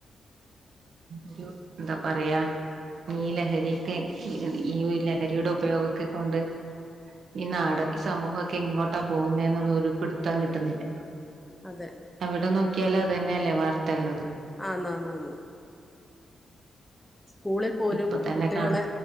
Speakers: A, on the right; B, in the centre.
A: ഒരു എന്താ പറയാ ഈ ലഹരിക്കെ ഈ ലഹരിയുടെ ഉപയോഗൊക്കെ കൊണ്ട് ഈ നാട് ഈ സമൂഹമെക്കെ എങ്ങോട്ടാ പോകുന്ന എന്നുള്ള ഒരു പിടുത്തം കിട്ടുന്നില്ല
B: അതെ
A: എവിടെ നോക്കിയാല അതന്നെല്ലേ വാർത്ത ഉള്ളത്
B: ആനാനാന്ന് സ്കൂളിൽ പോലും
A: ഇപ്പൊ തന്നെ
B: കുട്ടികളെ
A: കാണ